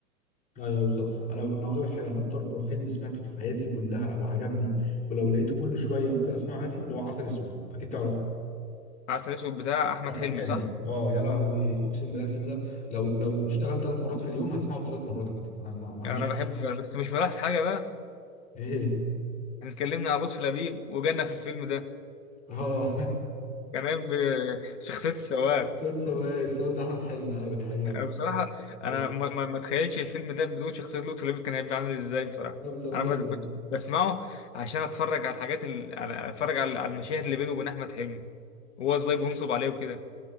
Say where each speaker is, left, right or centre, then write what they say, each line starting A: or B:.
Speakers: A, on the left (about 15°); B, on the left (about 45°).
A: ايوه بالظبط انا انا عاوز اقول لك حاجه انا اكتر فيلم سمعته في حياتي كلها وعجبني ولو لقيته كل شويه ممكن اسمعه عادي اللي هو عسل اسود اكيد تعرفه
B: عسل أسود بتاع أحمد
A: واحمد
B: حلمي
A: حلمي
B: صح؟
A: اه يا لهوي اقسم بالله الفيلم ده لو لو اشتغل ثلاث مرات في اليوم هسمعه ثلاث مرات عادي ما, ما, ما عنديش
B: أنا بحبه فعلا بس مش ملاحظ حاجة بقى
A: ايه
B: احنا اتكلمنا على لطفي لبيب وجانا في الفيلم ده
A: اه
B: كان قايم بشخصية السواق
A: <laughs> يس هو الصوت بتاع احمد حلمي ايوه دي حقيقه
B: أنا
A: فعلا.
B: بصراحة
A: أيوة.
B: أنا ما ما ما أتخيلش الفيلم ده بدون شخصية لطفي لبيب كان هيبقى عامل إزاي بصراحة
A: لا بصراحه
B: أنا
A: ال...
B: بت- كنت بسمعه عشان أتفرج على الحاجات ال... على- أتفرج على على المشاهد اللي بينه وبين أحمد حلمي وهو إزاي بينصب عليه وكده